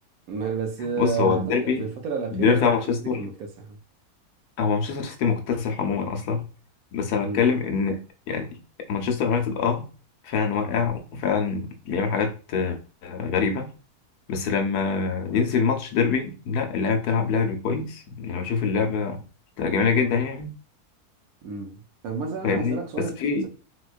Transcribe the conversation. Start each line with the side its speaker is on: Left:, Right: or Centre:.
Right: ما- بس آه،
Left: بص هو
Right: اعتقد
Left: الديربي
Right: في الفتره الاخيره
Left: الديربي
Right: يعني
Left: بتاع
Right: مانشستر
Left: مانشستر
Right: سيتي كان مكتسح
Left: هو مانشستر سيتي مكتسح عموما اصلا بس انا
Right: امم
Left: بتكلم ان يعني مانشستر يونايتد اه فعلا واقع وفعلا بيعمل حاجات آه، غريبة بس لما ينزل ماتش ديربي لا اللعبة بتلعب لعب كويس يعني لو بشوف اللعبة بتبقى جميلة جدا يعني
Right: امم طب مثلا
Left: فاهمني
Right: هسالك سؤال
Left: بس في